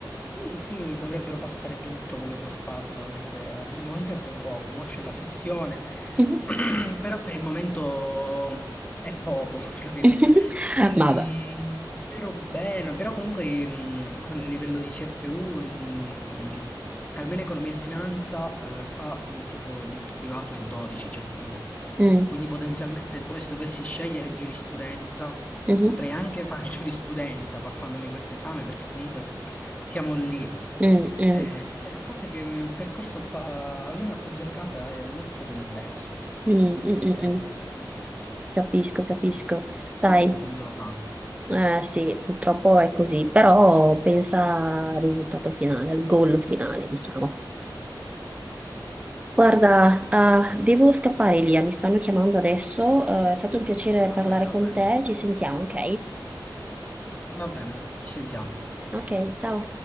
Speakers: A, on the left (about 20°); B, on the right (about 15°).
A: sì, sì, mi dovrebbero passare tutto quello che ho fatto, anche se eh, per il momento è ben poco. Mo' c'è la sessione,
B: Mhm.
A: <clears throat> però per il momento è poco, <laughs> capito?
B: <laughs>
A: Quindi
B: Eh. Ma Vabbè.
A: spero bene, però comunque mh, con il livello di CFU, mh, almeno economia e finanza, eh, qua mh, tipo diritto privato è 12 CFU.
B: Mm,
A: Quindi potenzialmente pure se dovessi scegliere giurisprudenza,
B: mhm,
A: potrei anche fare <laughs> giurisprudenza passandomi questo esame perché comunque siamo lì.
B: mm, mm,
A: Eh, il fatto è che il percorso qua, almeno a Tor Vergata, è molto complesso,
B: mm, mm, mm,
A: è
B: mm.
A: difficile.
B: Capisco, capisco.
A: Difficile
B: Dai,
A: e pretendono tanto.
B: eh, sì, purtroppo è così, però pensa al risultato finale, al goal finale, diciamo.
A: Eh sì.
B: Guarda, ah, devo scappare, Elia, mi stanno chiamando adesso. eh, è stato un piacere parlare
A: Va bene,
B: con
A: va bene.
B: te, ci sentiamo, ok?
A: Va bene, ci sentiamo.
B: Ok, ciao.